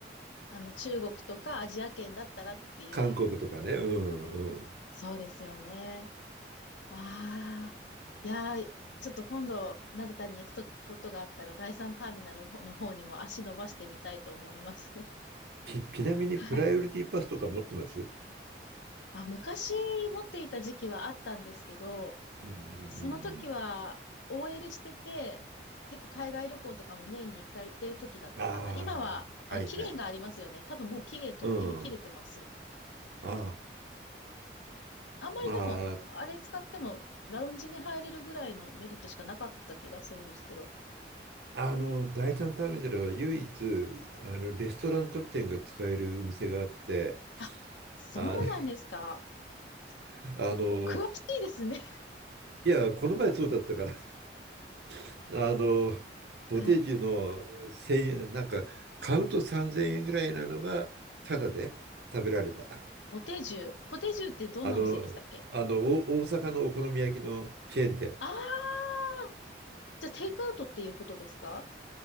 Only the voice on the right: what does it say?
韓国とかね。うんうん。
ち、ちなみに、
プライオリティパスとか持ってます
うんうんうんうん。
ああ、
はいはい。
うん。ああ、
まあ、
あの、第三ターミナルは唯一、あの、レストラン特典が使えるお店があって、
あの、<laughs> あの、
いや、この前そうだったから、<laughs> あの、ボテージの1000円、
なんか、カウント3000円ぐらいなのが、タダで食べられた。
<laughs> あの、あの、お大阪のお好み焼きのチェーン店。